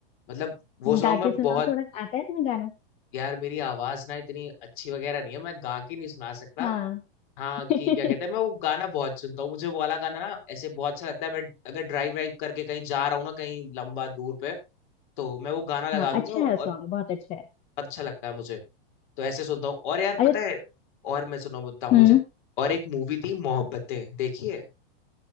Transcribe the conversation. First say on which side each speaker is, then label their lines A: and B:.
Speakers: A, on the left; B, on the left.
A: मतलब वो सॉन्ग
B: गा
A: में
B: के सुनाओ
A: बहुत
B: थोड़ा आता है तुम्हें गाना
A: यार मेरी आवाज ना इतनी अच्छी वगैरह नहीं है मैं गा के नहीं सुना सकता
B: हाँ
A: हाँ
B: <laughs>
A: कि क्या कहते हैं मैं वो गाना बहुत सुनता हूँ मुझे वो वाला गाना ना ऐसे बहुत अच्छा लगता है मैं अगर ड्राइव ड्राइव करके कहीं जा रहा हूँ ना कहीं लंबा दूर पे तो मैं वो गाना लगा
B: हाँ
A: लूंगा
B: अच्छा
A: और
B: है सॉन्ग बहुत अच्छा है
A: अच्छा लगता है मुझे तो ऐसे सुनता हूँ और यार
B: अरे
A: पता है और मैं सुना बताऊँ
B: हम्म
A: मुझे और एक मूवी थी मोहब्बतें देखिए